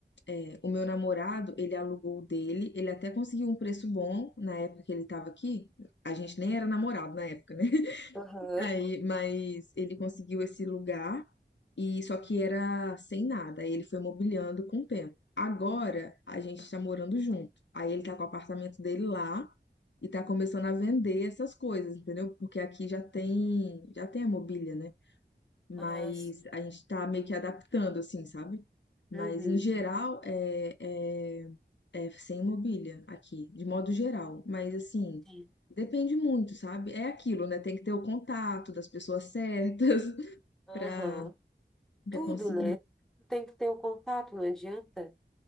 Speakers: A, on the left; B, in the centre.
A: é, o meu namorado, ele alugou o dele, ele até conseguiu um preço bom na época que ele estava aqui. A gente nem era namorado na época, né?
B: Aham.
A: Aí, mas ele conseguiu esse lugar e só que era sem nada. Aí ele foi mobiliando com o tempo. Agora a gente está morando junto. Aí ele tá com o apartamento dele lá e tá começando a vender essas coisas, entendeu? Porque aqui já tem já tem a mobília, né? mas
B: Ah, sim.
A: a gente está meio que adaptando, assim, sabe? Mas
B: Uhum.
A: em geral é, é, é sem mobília aqui, de modo geral. Mas assim,
B: Sim.
A: depende muito, sabe? É aquilo, né? Tem que ter o contato das pessoas certas <laughs>
B: Aham.
A: para para
B: Tudo,
A: conseguir.
B: né? Tem que ter o contato, não adianta.